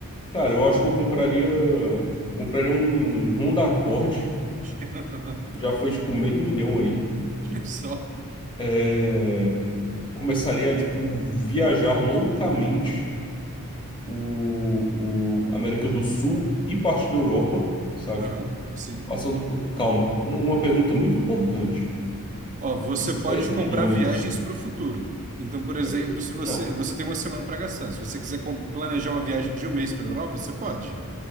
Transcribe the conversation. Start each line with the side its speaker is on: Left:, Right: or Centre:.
Left: Cara, eu acho que eu compraria, compraria um Honda Accord,
Right: <laughs>
Left: já foi, tipo, meio milhão aí.
Right: Só.
Left: É, começaria a, tipo, viajar loucamente o, o América do Sul e parte da Europa, saca?
Right: Aham. Sim.
Left: Passando por... Calma, um- uma pergunta muito importante.
Right: Ó, você
Left: Esses
Right: pode
Left: 10 milhões.
Right: comprar viagens para o futuro. Então, por exemplo,
Left: é, é,
Right: se você,
Left: não,
Right: você tem uma semana para gastar. Se você quiser com- planejar uma viagem de um mês para a Europa, você pode.